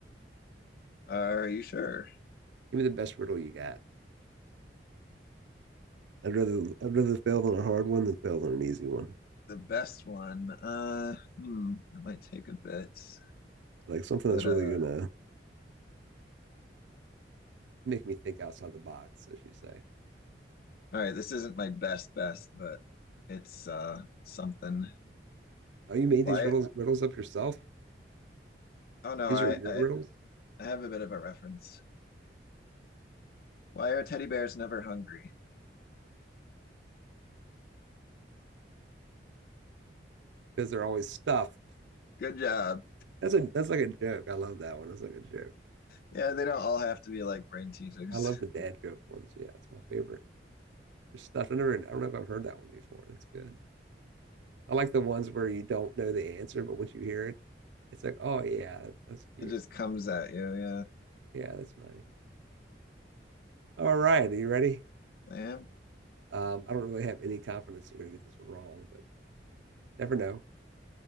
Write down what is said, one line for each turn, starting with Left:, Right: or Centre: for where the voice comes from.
Left: Are you sure?
Right: Give me the best riddle you got. I'd rather I'd rather fail on a hard one than fail on an easy one.
Left: the best one. Uh, hmm, it might take a bit,
Right: Like something
Left: but
Right: that's
Left: uh,
Right: really gonna Make me think outside the box, as you say.
Left: all right, this isn't my best best, but it's uh something.
Right: Oh, you made
Left: Why?
Right: these riddles riddles up yourself?
Left: Oh no,
Right: These
Left: I,
Right: are your
Left: I
Right: riddles?
Left: I have a bit of a reference. Why are teddy bears never hungry?
Right: Because they're always stuffed.
Left: Good job.
Right: That's a that's like a joke. I love that one. That's like a joke.
Left: Yeah, they don't all have to be like brain teasers.
Right: I love the dad
Left: <laughs>
Right: joke ones. Yeah, it's my favorite. They're stuffed. I never I don't know if I've heard that one before. That's good. I like the ones where you don't know the answer, but once you hear it, it's like, oh yeah, that's cute.
Left: It just comes at you. Yeah,
Right: Yeah, that's nice. All right, are you ready?
Left: I am.
Right: Um, I don't really have any confidence you're gonna get this one wrong, but never know.